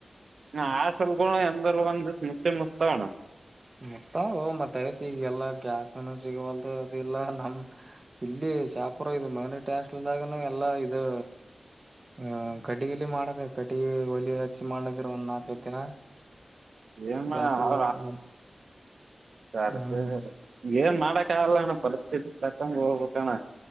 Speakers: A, on the right; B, on the right.
A: ಆ ಸಲ್ಗ ಎಂದ ಒಂದ ಮುಚ್ಚ ಮುಚ್ತಾವಣ
B: ಮಸ್ತ ಓ ಮತ್ತ ಆಯತಿ ಈಗ ಎಲ್ಲಾ ಗ್ಯಾಸ್ನ ಸಿಗವಲ್ದು ಅಲ್ಲಾ ನಮ ಇಲ್ಲಿ ಶಾಪುರ ಇದು ಮ ಟೇಸ್ಟ್ ಇಲ್ದಾಗನು ಎಲ್ಲಾ ಇದು ಹ ಕಟ್ಟಲಿ ಮಾಡಕ ಕಟ್ಟಿಗೆ ಒಲಿ ಹಚ್ಚಿ ಮಾಡಿದಿರ ಒಂದ್ ನಾಕೈದ್ ದಿನ
A: ಏಮ್ಮ
B: ಗ್ಯಾಸ್ ಎಲ್ಲಾರ
A: ಅವ
B: ಸಲ
A: ಯಾರಕ್ಕೆ
B: ಹ್ಮ್
A: ಏನ್ ಮಾಡಕಗಲ್ಲ ಅಣ್ಣ ಪರಿಸ್ಥಿತಿ ತಕ್ಕಂಗ್ ಹೋಗ್ಬೇಕಣ್ಣ